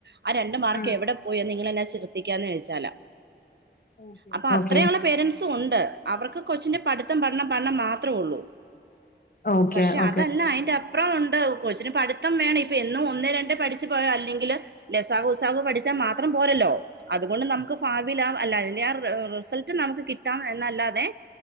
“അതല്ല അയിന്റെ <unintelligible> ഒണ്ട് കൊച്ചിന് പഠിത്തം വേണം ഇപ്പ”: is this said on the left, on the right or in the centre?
Right